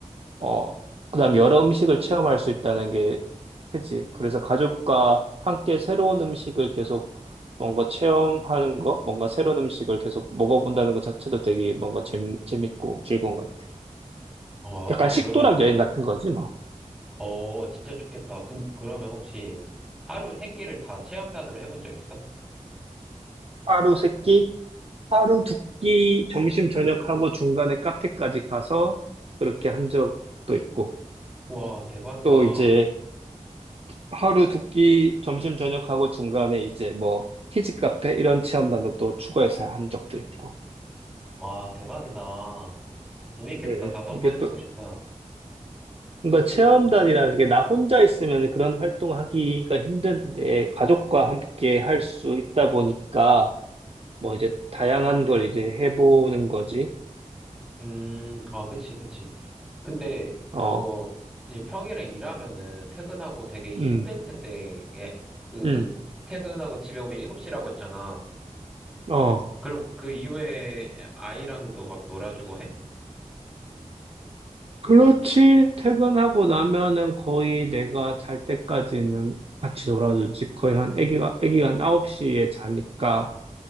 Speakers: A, on the right; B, in the centre.
A: 어, 그다음 여러 음식을 체험할 수 있다는 게 크지. 그래서 가족과 함께 새로운 음식을 계속 뭔가 체험하는 거, 뭔가 새로운 음식을 계속 먹어본다는 것 자체도 되게 뭔가 재, 재밌고 즐거운 것 같아.
B: 아,
A: 약간
B: 아,
A: 식도락
B: 그러면
A: 여행 같은 거지, 뭐.
B: 어, 진짜 좋겠다. 근, 그러면 혹시 하루 세 끼를 다 체험단으로 해본 적 있어?
A: 하루 세끼 하루 두끼 점심 저녁하고 중간에 카페까지 가서 그렇게 한 적도 있고
B: 와, 대박이다.
A: 또 이제 하루 두끼 점심 저녁하고 중간에 이제 뭐 키즈 카페 이런 체험단도 또 추가해서 한 적도 있고
B: 와, 대박이다. 재밌겠다.
A: 음, 음.
B: 나도 한번
A: 이게
B: 해보고
A: 또
B: 싶다.
A: 뭔가 체험단이라는 게 나 혼자 있으면 그런 활동하기가 힘든데 가족과 함께 할 수 있다 보니까 뭐 이제 다양한 걸 이제 해보는 거지
B: 음, 아, 그치, 그치. 근데
A: 어,
B: 너 이제 평일에 일하면은 퇴근하고 되게 힘들
A: 음,
B: 텐데, 예, 그,
A: 음,
B: 퇴근하고 집에 오면 7시라고 했잖아.
A: 어.
B: 그럼 그 이후에 아이랑도 막 놀아주고 해?
A: 그렇지. 퇴근하고 나면은 거의 내가 잘 때까지는 같이 놀아주지. 거의 한, 애기가, 애기가 한 아홉 시에 자니까,